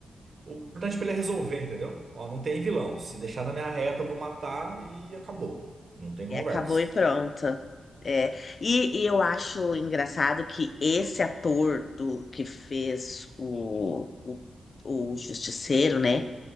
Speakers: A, on the right; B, on the left.
A: O importante pra ele é resolver, entendeu? Ó, não tem vilão. Se deixar na minha reta, eu vou matar e acabou. Não tem
B: E
A: conversa.
B: acabou e pronto. É. E, e eu acho engraçado que esse ator do que fez o, o, o Justiceiro, né?